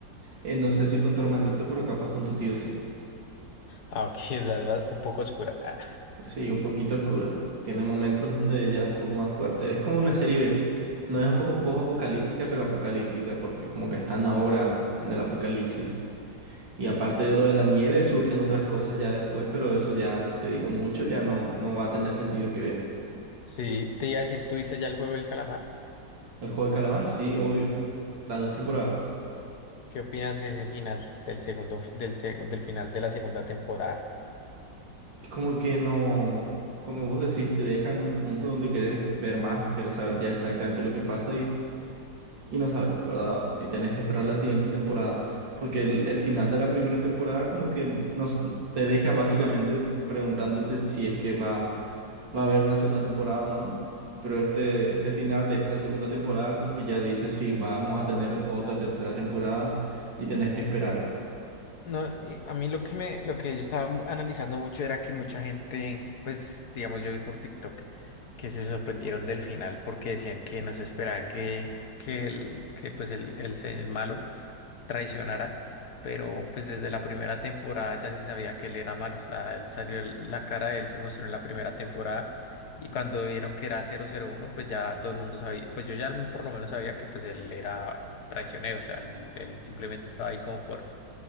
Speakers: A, on the right; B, on the left.
A: Eh, no sé si con tu hermanito, pero capaz con tu tío sí.
B: Ah, ok, <laughs> esa es ba- un poco oscura. Ah,
A: Sí, un poquito oscura. Tiene momentos donde ella es un poco más fuerte. Es como una serie, B. no es po- post-apocalíptica, pero apocalíptica, porque como que están ahora en el apocalipsis. Y aparte de lo de la nieve, surgen otras cosas ya después, pero eso ya, si te digo mucho, ya no, no va a tener sentido que veas.
B: <laughs> Sí, te iba a decir, ¿tú viste ya el juego del calamar?
A: El juego de calamar, sí, obvio. Las dos temporadas.
B: ¿Qué opinas de ese final del segundo, f- del, seg- del final de la segunda temporada?
A: Es como que no, como vos decís, te dejan un punto donde querés ver más, querés saber ya exactamente lo que pasa y, y no sabes, ¿verdad? Y tenés que esperar la siguiente temporada, porque el, el final de la primera temporada como que nos te deja básicamente preguntándose si es que va, va a haber una segunda temporada o no, pero este, este final de esta segunda temporada como que ya dice si vamos a tener otra tercera temporada y tenés que esperar.
B: No, y a mí lo que me, lo que yo estaba mu- analizando mucho era que mucha gente, pues, digamos, yo vi por TikTok que se sorprendieron del final porque decían que no se esperaban que, que el, que pues el, el, se- el malo traicionara, pero pues desde la primera temporada ya se sabía que él era malo, o sea, él salió, el- la cara de él se mostró en la primera temporada y cuando vieron que era cero cero uno pues ya todo el mundo sabía, pues yo ya por lo menos sabía que pues él era traicionero, o sea, él él simplemente estaba ahí como por